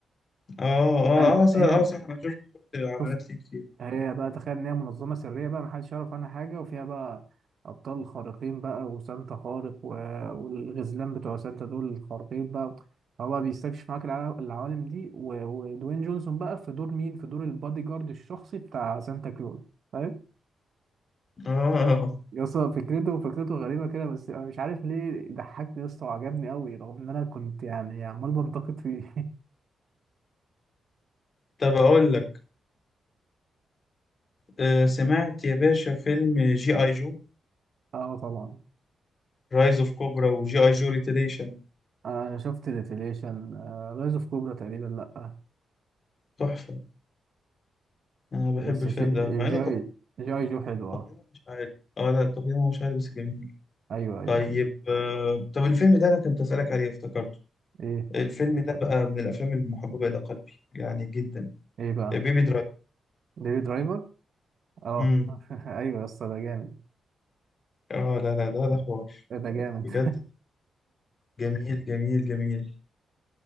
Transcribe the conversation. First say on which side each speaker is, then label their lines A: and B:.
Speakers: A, on the left; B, on the right.
A: اه اه
B: تخيل بقى
A: اه صح,
B: ان
A: آه
B: هي
A: صح انا شفت شفت اعلانات
B: شوف
A: ليه كتير
B: هي بقى تخيل ان هي منظمه سريه بقى محدش يعرف عنها حاجه وفيها بقى ابطال خارقين بقى وسانتا خارق و... والغزلان بتوع سانتا دول الخارقين بقى هو بقى بيستكشف معاك الع- العوالم دي و... ودوين جونسون بقى في دور مين في دور البادي جارد الشخصي بتاع سانتا كلوز فاهم
A: اه اه، اه.
B: يا اسطى فكرته فكرته غريبه كده بس انا مش عارف ليه ضحكني يا اسطى وعجبني قوي رغم ان انا كنت يعني عمال بنتقد فيه
A: طب اقول لك آه سمعت يا باشا فيلم جي اي جو
B: <laughs> اه طبعا
A: رايز اوف كوبرا وجي اي جو ريتيليشن
B: آه، انا شفت ريفيليشن رايز اوف كوبرا تقريبا لا
A: تحفة انا بحب
B: بس
A: الفيلم
B: جي
A: ده أوي، مع
B: جي
A: انه تق-
B: جي اي جو حلو اه
A: تقييمه مش عالي اه لا تقييمه مش عالي بس جميل
B: ايوه ايوه
A: طيب
B: ايوه
A: آه طب الفيلم ده انا كنت اسالك عليه افتكرته
B: ايه
A: الفيلم ده بقى من الافلام المحببة الى قلبي يعني جدا
B: ايه بقى
A: بيبي درايف
B: بيبي درايفر اه
A: امم
B: <laughs> ايوه يا اسطى ده جامد
A: اه لا لا ده ده حوار
B: ده جامد
A: بجد جميل جميل جميل